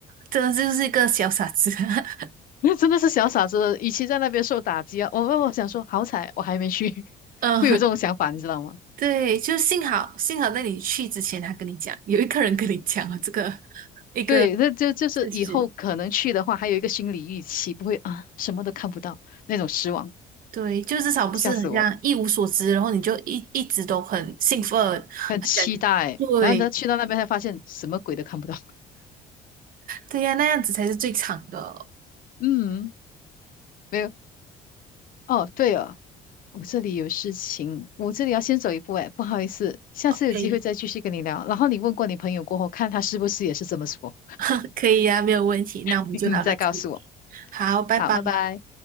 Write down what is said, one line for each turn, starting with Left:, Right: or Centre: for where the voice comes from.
Right: 真的就是一个小傻子。<laughs>
Left: 那真的是小傻子，与其在那边受打击啊，我我我想说，好彩我还没去，<laughs>
Right: 嗯，
Left: 会有这种想法，你知道吗？
Right: 对，就幸好幸好在你去之前，他跟你讲，有一个人跟你讲了这个一个
Left: 对，那就就是以后可能去的话，
Right: 事实，
Left: 还有一个心理预期，不会啊，什么都看不到那种失望，
Right: 对，就至少不是很像一无所知，
Left: 吓死我了，
Right: 然后你就一一直都很兴奋，
Left: 很期待。
Right: 很想对
Left: 然后他去到那边才发现什么鬼都看不到。<laughs>
Right: 对呀、那样子才是最长的。
Left: 嗯，没有。哦，对哦，我这里有事情，我这里要先走一步，哎，不好意思，下次有机会再继续跟你聊。
Right: 可以，
Left: 然后你问过你朋友过后，看他是不是也是这么说，
Right: <laughs> 可以呀、没有问题。那我们就聊到这里，
Left: <laughs> 你再告诉我。
Right: 好，拜拜。
Left: 好，拜拜。